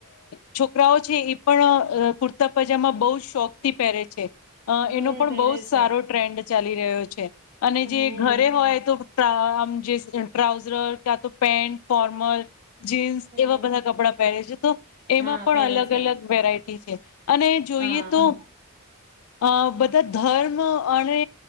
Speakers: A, on the left; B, on the right.
A: છોકરાઓ છે એ પણ કુર્તા, પજામા બહુ શોખ થી પહેરે છે. અ
B: હમ
A: એનો પણ
B: પહેરે
A: બહુ જ
B: છે
A: સારો ટ્રેન્ડ છે. ચાલી રહ્યો છે. અને
B: હમ
A: જે ઘરે હોય તો, જે ટ્રાઉઝર કા તો પેન્ટ, ફોર્મલ જીન્સ
B: હમ
A: એવા બધા કપડાં પહેરે છે. તો એમાં
B: હા
A: પણ
B: પહેરે
A: અલગ
B: છે
A: અલગ વેરાયટી છે, અને જોઈએ
B: હા
A: તો અ બધા ધર્મ અને